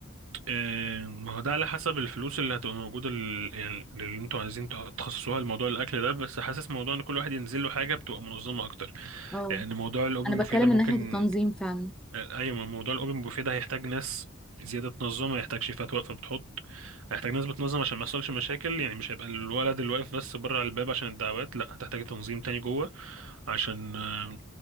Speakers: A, on the right (about 80°); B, in the centre.
A: آه، ما هو ده على حسب الفلوس اللي هتبقى موجوده ال... يعني اللي انتوا عايزين تخصصوها لموضوع الاكل ده بس حاسس موضوع ان كل واحد ينزل له حاجه بتبقى منظمه اكتر
B: اه
A: لان موضوع الاوبن
B: انا
A: بوفيه
B: بتكلم
A: ده ممكن
B: من ناحيه التنظيم فعلا
A: ايوه ما موضوع الاوبن بوفيه ده هيحتاج ناس زياده تنظم هيحتاج شيفات واقفه بتحط هيحتاج ناس بتنظم عشان ما يحصلش مشاكل يعني مش هيبقى الولد اللي واقف بس بره على الباب عشان الدعوات لا هتحتاج تنظيم تاني جوه عشان آه،